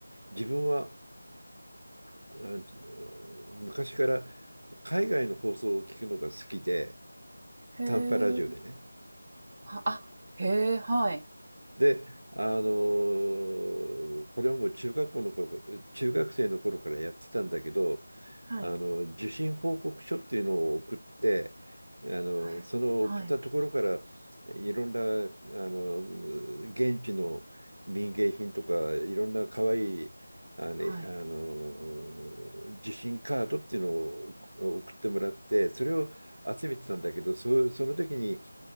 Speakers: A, on the right; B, on the right.
A: 自分はあ昔から海外の放送を聞くのが好きで、
B: へえ。
A: 短波ラジオでね。
B: はあ、へえ、はい。
A: で、あのーこれはもう中学校の頃、中学生の頃からやってたんだけど、
B: はい。
A: あの受信報告書っていうのを送ってあのその送ったところからいろんなあの
B: はい。はい。
A: 現地の民芸品とかいろんな可愛いいあのあの受信カードっていうのを送ってもらってそれを集めてたんだけどそ、
B: はい。
A: その時に